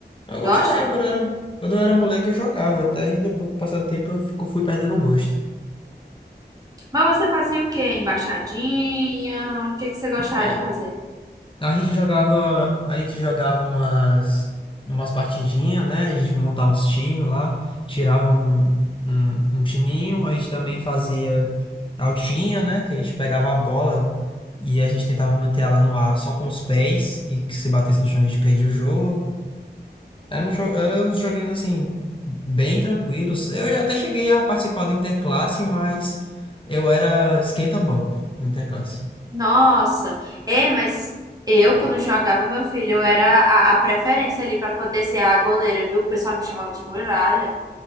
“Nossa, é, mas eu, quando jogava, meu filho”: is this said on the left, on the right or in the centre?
Right